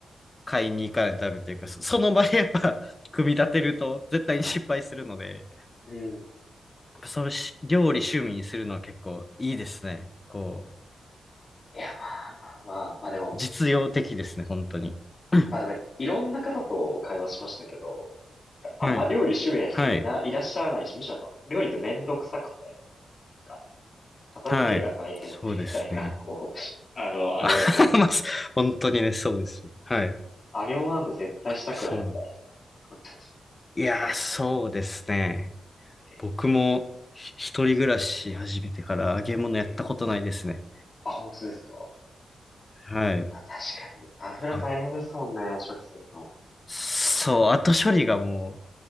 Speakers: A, on the left (about 20°); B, on the left (about 40°).
A: 買いに行かないとダメというか、そその場でやっぱ <laughs> 組み立てると絶対に失敗するので、
B: うん。
A: やっぱそれし料理趣味にするのは結構いいですね。こう、
B: いや、まあまあまあ、まあでも、
A: 実用的ですね、本当に。うん
B: まあでも、いろんな方と会話しましたけど、なんかあんま料理趣味な人いな、
A: はい、はい、
B: いらっしゃらないし、むしろなんか料理ってめんどくさくて、なんか片付けが大変でみたいな、
A: はい。そうですね。
B: こう、あの、あれだと思う。
A: あ <laughs> まあ、本当にね、そうですよ。はい。
B: 揚げ物なんて絶対したくないみたいな。
A: かそう。
B: 本当に。
A: いやー、そうですね。
B: えーっと、
A: 僕もひ一人暮らし始めてから揚げ物やったことないですね。
B: えーあ、本当ですか。
A: はい。
B: あ、確かに。油大変ですもんね、
A: あ、
B: 処理するの。
A: そう、後処理がもう、